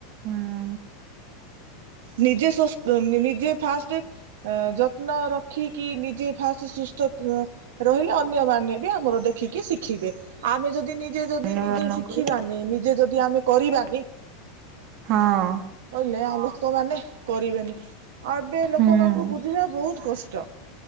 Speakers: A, on the right; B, on the right.
A: ହୁଁ
B: ନିଜେ ସ୍ବସ୍ଥ ନିଜେ ଫାଷ୍ଟ ଯତ୍ନ ରଖିକି ନିଜେ ଫାଷ୍ଟ ସୁସ୍ଥ ଅ ଉଁ ରହିଲେ ଅନ୍ୟମାନେ ବି ଆମର ଦେଖିକି ଶିଖିବେ ଆମେ ଯଦି ନି ଜେ ଯଦି
A: ଅନ୍ୟମାନଙ୍କୁ
B: ନିଜେ ଶିଖିବାନି ନିଜେ ଯଦି ଆମେ କରିବାଗି
A: ହଁ
B: କହିଲେ ଆ ଲୋକମାନେ କରିବେନି। ଆଉ ଏବେ
A: ହୁଁ
B: ଲୋକମାନଙ୍କୁ ବୁଝିବା ବୋହୁତ କଷ୍ଟ।